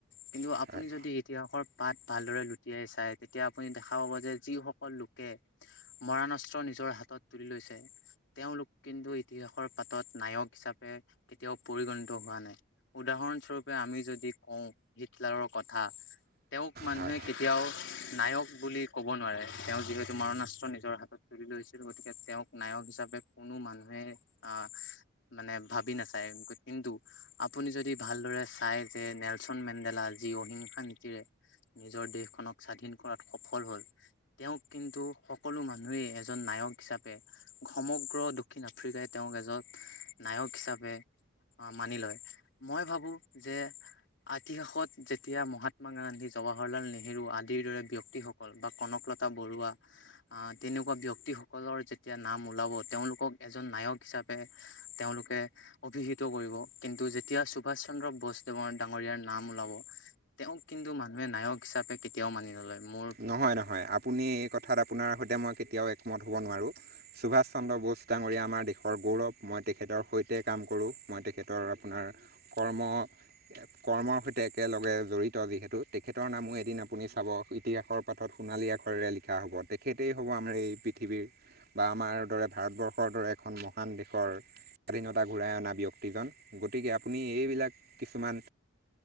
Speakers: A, on the left; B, on the right.
A: কিন্তু
B: হয়
A: আপুনি যদি ইতিহাসৰ পাত ভালদৰে লুটিয়াই চাই তেতিয়া আপুনি দেখা পাব যে যিসকল লোকে মৰাণস্ত্ৰ নিজৰ হাত হাতত তুলি লৈছে তেওঁলোক কিন্তু ইতিহাসৰ পাতত নায়ক হিচাপে কেতিয়াও পৰিগণিত হোৱা নাই উদাহৰণস্বৰূপে আমি যদি কওঁ হিটলাৰৰ কথা তেওঁক মানুহে
B: হয়
A: কেতিয়াও নায়ক বুলি ক'ব নোৱাৰে তেওঁ যিহেতু মাৰণাস্ত্ৰ নিজৰ হাতত তুলি লৈছিল গতিকে তেওঁক নায়ক হিচাপে কোনো মানুহে আহ মানে ভাবি নাচায় কিন্তু আপুনি যদি ভালদৰে চাই যে নেলচন মেণ্ডেলা যি অহিংসা নীতিৰে নিজৰ দেশখনক স্বাধীন কৰাত সফল হল তেওঁক কিন্তু সকলো মানুহেই এজন নাই নায়ক হিচাপে সমগ্ৰ দক্ষিণ আফ্ৰিকাই তেওঁ এজত নায়ক হিচাপে আহ মানি লয় মই ভাবো যে ইতিহাসত যেতিয়া মহাত্মা গান্ধী, জৱাহৰলাল নেহেৰু আদিৰ দৰে ব্যক্তিসকল বা কনকলকলতা বৰুৱা তেনেকুৱা ব্যক্তিসকলৰ যেতিয়া নাম ওলাব তেওঁলোকক এজন নায়ক হিচাপে তেওঁলোকে অভিহিত কৰিব। কিন্তু যেতিয়া সুভাষ চন্দ্ৰ বসদেৱৰ ডাঙৰীয়াৰ নাম ওলাব। তেওঁক কিন্তু মানুহে নায়ক হিচাপে কেতিয়াও মানি নলয়। মোৰ
B: নহয় নহয় আপুনি এই কথাত আপোনাৰ সৈতে মই কেতিয়াও একমত হ'ব নোৱাৰোঁ। সুভাষ চন্দ্ৰ বোষ ডাঙৰীয়া আমাৰ দেশৰ গৌৰৱ। মই তেখেতৰ সৈতে কাম কৰোঁ, মই তেখেতৰ আপোনাৰ কৰ্ম কৰ্মৰ সৈতে একেলগে জড়িত যিহেতু। তেখেতৰ নামো এদিন আপুনি চাব ইতিহাসৰ পাতত সোণালী আখৰেৰে লিখা হ'ব। তেখেতেই হ'ব আমাৰ এই পৃথিৱীৰ বা আমাৰ দৰে ভাৰতবৰ্ষৰ দৰে এখন মহান দেশৰ স্বাধীনতা ঘূৰাই অনা ব্যক্তিজন। গতিকে আপুনি এইবিলাক কিছুমান